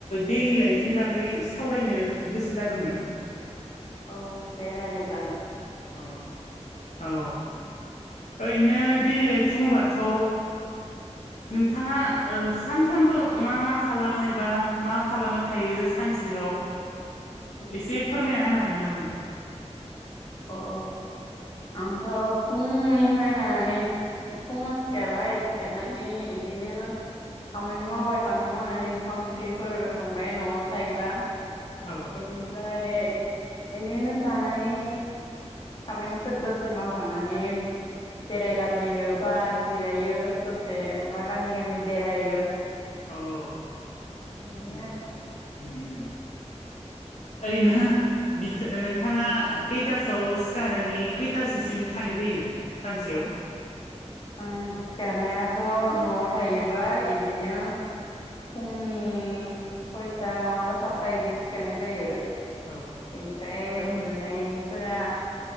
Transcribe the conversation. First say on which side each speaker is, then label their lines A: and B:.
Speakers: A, on the left; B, on the left.
A: डेइलि लाइफनि बागै सावरायनो गोसो जादोंमोन।
B: औ दे लायरायनि
A: ओ औ औ ओरैनो देइलि लाइफ बुङोबाथ' नोंथाङा ओ सानफ्रामबो मा मा खालामो एबा मा खालामना थायो सानसेयाव
B: <inaudible>
A: एसे फोरमायना होनो हागोन नामा नोंथां?
B: अ अ आंथ' फुंनिफाय लानानै फुङाव सिखारबाय सिखारनानै इदिनो खामानि मावबाय खामानि मावनानै ओंखाम ओंख्रिफोर संबाय न'आव थायोबा
A: औ
B: बेनिफ्राय बिदिनो जानानै खामानिफोर दसे मावखांनानै बेरायलाबायो बा जिरायो दसे बा गामि गामि बेरायो <inaudible>
A: औ उम
B: बिदिनो आरो
A: उम उम ओरैनो बियो नोंथाङा खैथासोआव सिखारनानै खैथासोसिम थानाय जायो? सानसेयाव
B: उम सिखारनायाथ' न'आव थायोबा इदिनो फुंनि सयथा नङाबा सातथा बिदियाव सिखारनाय जायो।
A: औ
B: इनिफ्राय उन्दुनायफोरा